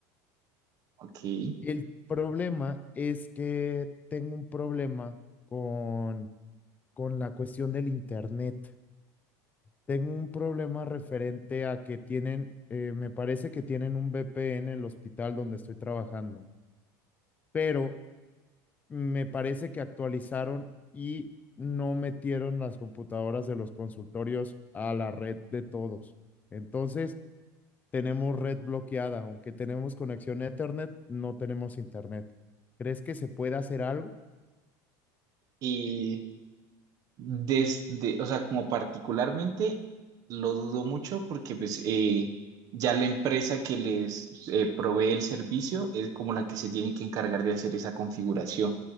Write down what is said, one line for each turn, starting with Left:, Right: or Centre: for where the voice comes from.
Right: ok.
Left: el problema es que tengo un problema con, con la cuestión del internet. Tengo un problema referente a que tienen, eh, me parece que tienen un VPN en el hospital donde estoy trabajando, pero me parece que actualizaron y no metieron las computadoras de los consultorios a la red de todos. Entonces, tenemos red bloqueada, aunque tenemos conexión a Ethernet, no tenemos Internet. ¿Crees que se puede hacer algo?
Right: Y desde, o sea, como particularmente lo dudo mucho porque pues eh, ya la empresa que les eh, provee el servicio es como la que se tiene que encargar de hacer esa configuración.